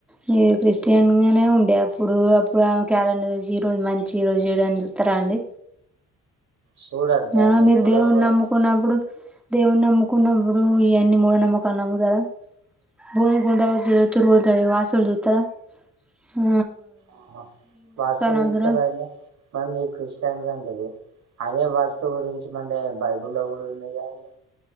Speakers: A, in the centre; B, on the right (about 70°).
A: మీరు క్రిస్టియన్ గనే ఉండే అప్పుడు అప్పుడు ఆమె క్యాలెండర్ చూసి ఈరోజు మంచి ఈ రోజ్ వాళ్ళు జేయడాని జుత్తరా అండి.
B: చూడద్దాండి
A: ఆ మీరు
B: చూడకపోతే
A: దేవున్ని నమ్ముకొనప్పుడు దేవున్ని నమ్మకున్నబ్బుడు ఇయన్నీ మూడ నమ్మకాలు నమ్ముతరా. భూమి గుండ్రంగా తిరుగుతురు ఉంటది వాస్తులు జుత్తరా హు
B: ఆహా వాస్సుల్
A: నమ్ముతారా
B: చూతరా ఇంగా. మరి మీరు క్రిస్టియన్లు అంటర్రు. అదే వాస్తు గురించి మందెగ్గర బైబుల్లో గూడా ఉన్నది గాదండి.